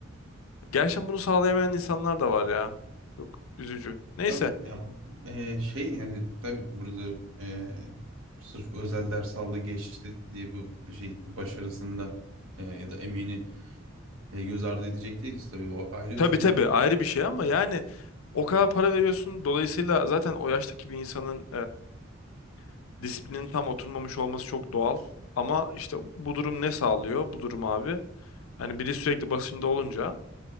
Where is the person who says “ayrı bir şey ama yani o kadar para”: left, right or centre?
Left